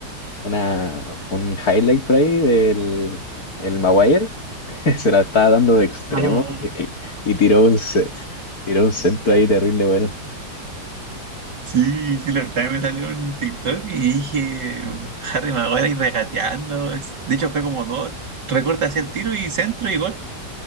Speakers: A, on the left; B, on the right.
A: una, un highlight por ahí del el Maguire. <laughs> Se la estaba dando de extremo
B: Ah,
A: y, y- y tiró un, ce- tiró un centro ahí terrible. Bueno,
B: Sí, sí, la verdad me salió un TikTok y dije Harry Maguire y regateando. Es- De hecho, fue como dos. Recorta hacia el tiro y centro y gol.